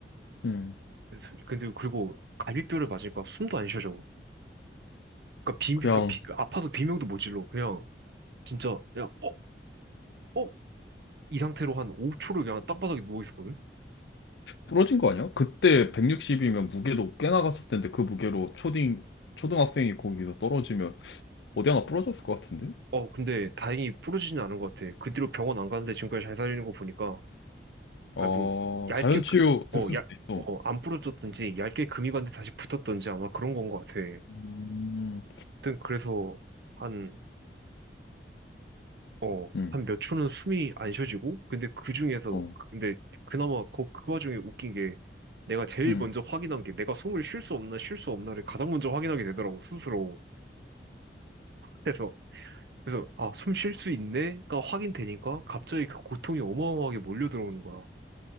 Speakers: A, on the left; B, on the right.
A: 음.
B: 그래서- 근데 그리고 갈비뼈를 맞으니까 숨도 안 쉬어져. 그러니까 비 그러니까
A: 그냥
B: 비- 아파서 비명도 못 질러 그냥 진짜 그냥 어? 어? 이 상태로 한 5초를 그냥 땅바닥에 누워 있었거든?
A: 부러진 거 아니야? 그때 160이면 무게도 꽤 나갔을 텐데 그 무게로 초딩, 초등학생이 거기서 떨어지면 어디 하나 부러졌을 것 같은데?
B: 어, 근데 다행히 부러지진 않은 것 같아. 그 뒤로 병원 안 가는데 지금까지 잘 살리는 거 보니까,
A: 어,
B: 아니, 뭐, 얇게,
A: 자연치유
B: 그-
A: 됐을
B: 어, 얇,
A: 수도 있어.
B: 어, 안 부러졌든지, 얇게 금이 갔는데 다시 붙었던지 아마 그런 건 것 같아.
A: 음,
B: 하여튼, 그래서 한, 어,
A: 음,
B: 한 몇 초는 숨이 안 쉬어지고, 근데 그 중에서,
A: 어,
B: 그, 근데 그나마 그, 그 와중에 웃긴 게, 내가 제일
A: 음,
B: 먼저 확인한 게 내가 숨을 쉴 수 없나, 쉴 수 없나를 가장 먼저 확인하게 되더라고, 스스로. 그래서 그래서 아, 숨 쉴 수 있네가 확인되니까 갑자기 그 고통이 어마어마하게 몰려 들어오는 거야.